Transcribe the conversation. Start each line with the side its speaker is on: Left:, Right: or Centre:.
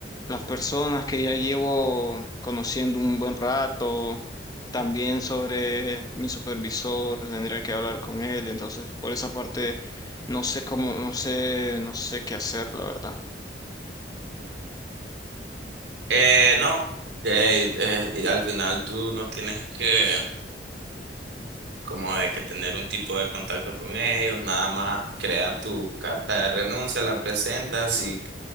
Left: las personas que ya llevo conociendo un buen rato, también sobre mi supervisor, tendría que hablar con él, y entonces por esa parte no sé cómo, no sé, no sé qué hacer, la verdad.
Right: Eh, no, eh, eh, y al final tú no tienes que como de que tener un tipo de contacto con ellos, nada más crea tu carta de renuncia, la presentas y